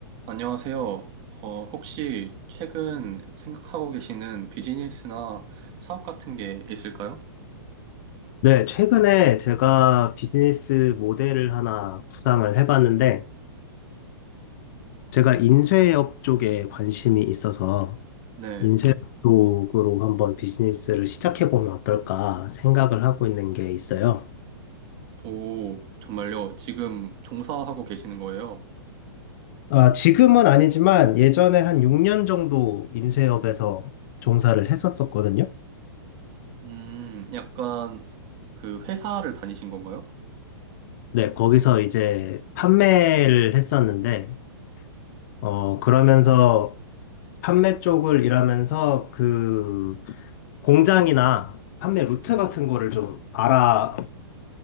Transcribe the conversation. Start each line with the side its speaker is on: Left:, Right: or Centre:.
Right: 안녕하세요. 어, 혹시 최근 생각하고 계시는 비즈니스나 사업 같은 게 있을까요?
Left: 네, 최근에 제가 비즈니스 모델을 하나 구상을 해봤는데, 제가 인쇄업 쪽에 관심이 있어서,
Right: 네.
Left: 인쇄업 쪽으로 한번 비즈니스를 시작해보면 어떨까 생각을 하고 있는 게 있어요.
Right: 오, 정말요? 지금 종사하고 계시는 거예요?
Left: 아, 지금은 아니지만, 예전에 한 6년 정도 인쇄업에서 종사를 했었었거든요.
Right: 음, 약간 그 회사를 다니신 건가요?
Left: 네, 거기서 이제 판매를 했었는데, 어, 그러면서 판매 쪽을 일하면서 그, 공장이나 판매 루트 같은 거를 좀 알아,